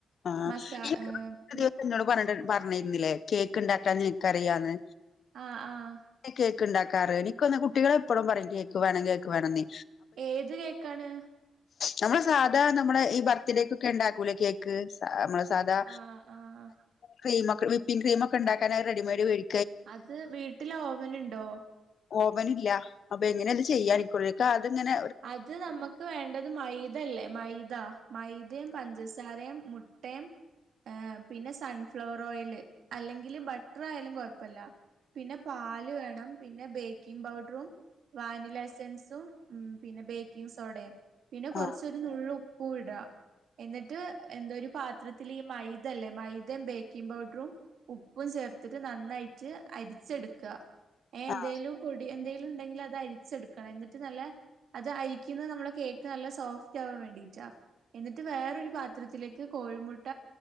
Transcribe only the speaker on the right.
മസാ
ഏഹ് പി
ആഹ് ആഹ്
ഏത് കേക്കാണ്
ആഹ് ആഹ്
അത് വീട്ടില് ഓവന് ഇണ്ടോ
അത് നമ്മക്ക് വേണ്ടത് മൈദ ല്ലേ മൈദ മദി പഞ്ചസ് സാരേം മുട്ടേ ഏ പിന്നെ സൺഫ്ലവർ ഓയല് അല്ലെങ്കില് ബട്ടറായാലും കോഴപ്പല്ല പിന്നെ പാല് വേണം പിന്നെ ബേക്കിംഗ് പൗഡറും വാനില എസൻസും ഉം പിന്നെ ബേക്കിംഗ് സോടേം പിന്നെ കൊർച്ചൊരു
നുള്ള് ഉപ്പു ഇടാ എന്നിട്ട് എന്തോ ഒരു പാത്രത്തില് ഈ മൈദ ല്ലേ മൈദം ബേക്കിംഗ് പൗഡറും ഉപ്പും ചേർത്ത്ട്ട് നന്നായിട്ട് അരിച്ചെട്ക്ക ഏ എന്തേലും
പൊടി എന്തേങ്കിലും ഇണ്ടെങ്കില് അത് അരിച്ചെട്ക്കണം എന്നിട്ട് നല്ല അത് അരിക്കുന്നത് നമ്മുടെ കേക്ക് നല്ല സോഫ്റ്റ് ആവാൻ വേണ്ടിട്ടാ എന്നിട്ട് വേറൊരു പാത്രത്തിലേക്ക് കോഴിമുട്ട